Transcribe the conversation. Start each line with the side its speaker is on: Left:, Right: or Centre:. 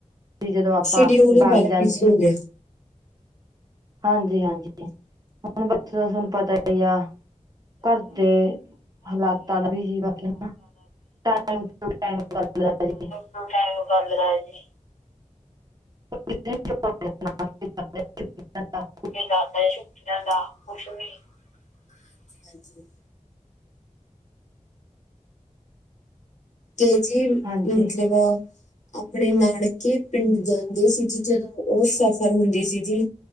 Right: ਸੀ ਜਦੋਂ ਆਪਾਂ
Left: ਸ਼ਿਡੀਊਲ ਈ
Right: ਬਾਗ
Left: ਪੈਲਾਂ
Right: ਜਾਂਦੇ
Left: ਬਿਜੀ਼
Right: ਸੀ,
Left: ਹੋਗਿਆ। <inaudible>
Right: ਹਾਂਜੀ-ਹਾਂਜੀ, ਹੁਣ ਬਸ ਤੂਆਨੂੰ ਪਤਾਈ ਆ, ਘਾਰਦੇ ਹਲਾਂਤਾ ਦਾ ਵੀ ਜੀ ਆਖੀਏ ਨਾ, ਟਾਇਮ ਟੂ ਟਾਇਮ <unintelligible>
Left: ਕੌਣ ਟਾਇਮ‌ ਕੱਢਦਾ ਜੀ।
Right: <unintelligible>
Left: ਮ੍ਹੀਨਾ ਦਾ <unintelligible> ਕੁਸ਼ ਵੀ ਨੀ, ਹਾਂਜੀ-ਹਾਂਜੀ। ਕੇ ਜੀ,
Right: ਹਾਂਜੀ
Left: ਮਤਲਬ ਅਪਣੇ ਨਾਨਕੇ ਪਿੰਡ ਜਾਂਦੇ ਸੀ, ਜੀ'ਚ ਓ ਸਫ਼ਰ ਹੁੰਦੀ ਸੀ, ਜੀ